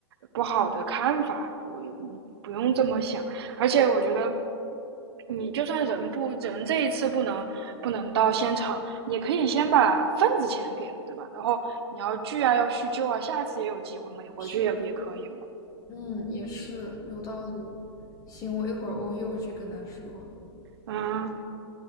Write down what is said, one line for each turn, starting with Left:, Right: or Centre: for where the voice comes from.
Right: 不好的看法，不不用这么想。而且我觉得，你就算人不人这一次不能不能到现场，也可以先把份子钱给了，对吧？然后你要聚啊，要叙旧啊，下次也有机会嘛，你回去也也可以嘛。
Left: 是，嗯，也是有道理。行，我一会儿我一会儿去跟他说。
Right: 嗯